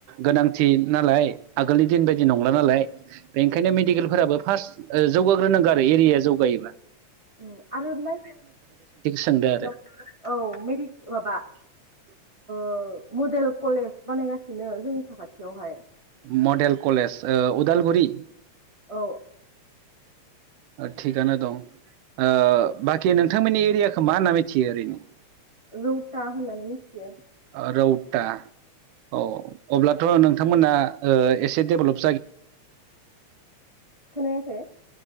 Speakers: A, on the right (about 85°); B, on the right (about 20°).
A: गोनांथि नालाय आगोलनि दिन बायदि नंला नालाय बेनिखायनो मेडिकेलफोराबो फार्स्ट ओ जौगाग्रोनांगौ आरो एरियाया जौगायोब्ला
B: ओम आरो
A: सोंदों आरो
B: <inaudible> औ मेडि माबा
A: <inaudible>
B: ओ मडेल कलेज बानायगासिनो जोंनि साखाथियावहाय
A: मडेल कलेज ओ उदालगुरि
B: औ
A: थिगआनो दं ओ बाखि नोंथांमोननि एरियाखो मा होनना मिथियो ओरैनो
B: रौता होननानै मिथियो
A: ओ रौता औ अब्लाथ' नोंथांमोना ओ एसे डेभेलप जाय
B: खोनायाखै?